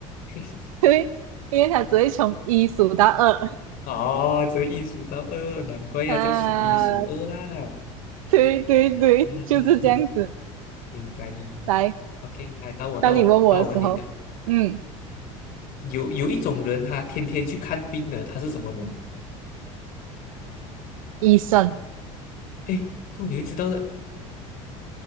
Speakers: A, on the left; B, on the right.
A: <laughs>
B: 对，因为他只会从一数到二
A: 哦，这一数到二，难怪要叫数一数二啦。
B: <laughs> 啊。对对对，
A: 嗯嗯嗯，
B: 就是这样子。
A: 明白明白。
B: 来，
A: OK，来到我到我到我问你一个，
B: 当你问我的时候，嗯，
A: 有有一种人他天天去看病的，他是什么人？
B: 医生
A: 哎，这你会知道的。